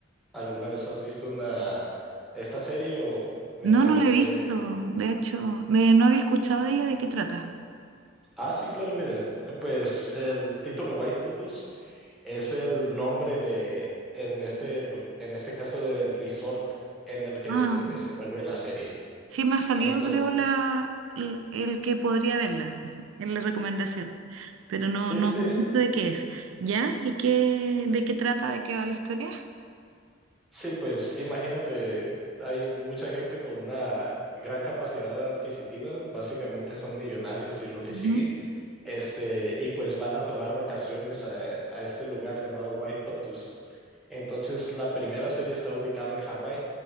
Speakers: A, in the centre; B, on the right.
A: alguna vez has visto una, esta serie o me
B: no
A: tengas
B: no la he visto.
A: que...
B: De hecho, eh, no había escuchado de ella de qué trata.
A: Ah, sí, claro, mire, eh, pues el título White Lotus es el nombre de, en este, lu- en este caso, del resort en el que
B: Ah,
A: se desenvuelve la serie.
B: sí me ha salido,
A: Entonces,
B: creo, la, el, el que podría verla <laughs> en la recomendación. Pero no,
A: Sí,
B: no
A: sí, sí,
B: he visto de qué es. ¿Ya? ¿Y qué, de qué trata? ¿De qué va la historia?
A: sí, pues imagínate, hay mucha gente con una gran capacidad adquisitiva, básicamente son millonarios y lo que
B: Ujú.
A: sigue, este, y pues van a tomar vacaciones a, a este lugar llamado White Lotus. Entonces, la primera serie está ubicada en Hawái.